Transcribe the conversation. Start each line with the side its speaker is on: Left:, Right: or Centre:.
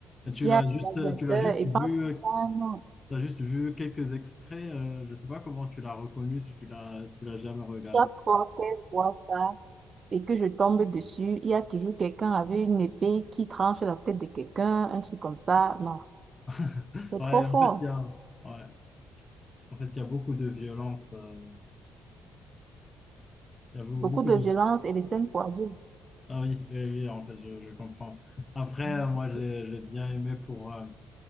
Left: Et Tu
Right: Il
Left: l'as
Right: y a un
Left: juste,
Right: gladiateur
Left: tu l'as juste
Right: et
Left: vu,
Right: parfois,
Left: euh,
Right: non,
Left: t'as juste vu quelques extraits. euh, je sais pas comment tu l'as reconnu si tu l'as, tu l'as jamais regardé.
Right: chaque fois qu'elle voit ça et que je tombe dessus, il y a toujours quelqu'un avec une épée qui tranche la tête de quelqu'un, un truc comme ça. Non,
Left: <laughs>
Right: c'est
Left: Ouais,
Right: trop
Left: en
Right: fort.
Left: fait, il y a, ouais. En fait, il y a beaucoup de violence. euh, il y a beau-
Right: Beaucoup
Left: beaucoup
Right: de
Left: de...
Right: violence et des scènes pour adultes.
Left: Ah oui, oui, oui, en fait, je, je comprends. Après,
Right: Hum,
Left: euh, moi, j'ai j'ai bien aimé pour, euh,